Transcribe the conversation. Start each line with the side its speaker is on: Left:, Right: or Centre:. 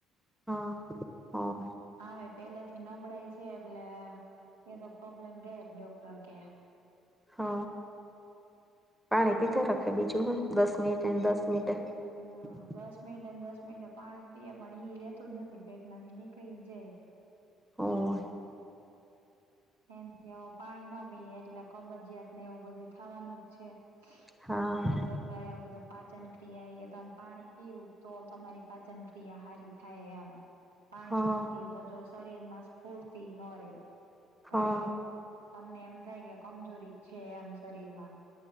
Centre: હા હા.
Right: હ પેલે થી નબળાઈ છે એટલે એ તો પ્રોબ્લેમ રેજ ડોક્ટર કે.
Centre: હ પાણી પીધા રખાય બીજું હું દસ મિનિટે દસ મિનટે. <inaudible>
Right: હા દસ મિનિટે દસ મિનિટે પાણી જ પીએ પણ ઈ રેતું જ નથી પેટમાંથી નીકળી જ જાય.
Centre: હો.
Right: એ ત્યાં પાણી ન પીએ એટલે કબજીયાત ને એવું બધું થવાનું જ છે.
Centre: હા
Right: સર ડોકર એુંવુ કીધું પાચન ક્રિયા એ કે તમે પાણી પીવું તો તમારી પાચન ક્રિયા હારી થાય એમ પાણી
Centre: હા
Right: ન પીએ તો જો શરીર માં સ્ફૂર્તિ ન રે કઈ
Centre: હા
Right: તમને એમ થાય કે કમજોરી છે એમ શરીર માં.